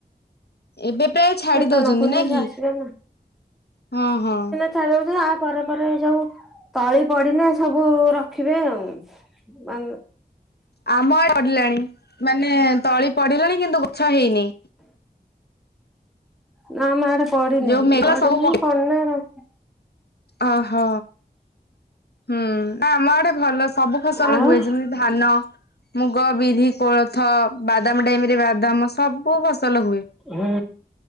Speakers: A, on the left; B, in the centre.
A: ଏବେ। ପ୍ରାୟ ଛାଡି
B: ପେଟ
A: ଦଉଛନ୍ତି
B: ପୁରିନି
A: ନ
B: ସେ
A: କି
B: ଆସିବେ
A: ହଁ ହଁ।
B: ଉଛି ତା ପରେ ପରେ ସବୁ ତଳି ପଡିନାେ ସବୁ ରଖିବେ ଆଉ। ବା
A: ଆମ <inaudible> ପଡିଲାଣି ମାନେ ତଳି ପଡିଲାଣି କିନ୍ତୁ ଗଛ ହେଇନି
B: ନା ଆମ ଆଡେ ପଢନାହିଁ
A: ଯୋଉ ମେଘ
B: ପଢିନି
A: ସବୁ
B: ପଢନାର।
A: ଅହୋ। ହୁଁ ନା ଆମ ଆଡେ ଭଲ ସବୁ ଫସଲ
B: ଆଉ
A: ହୁଏ ଯେମିତି ଧାନ ମୁଗ, ବିରି, କୋଳଥ, ବାଦାମ ଟାଇମ ରେ ବାଦାମ ସବୁ ଫସଲ ହୁଏ।
B: ହୋ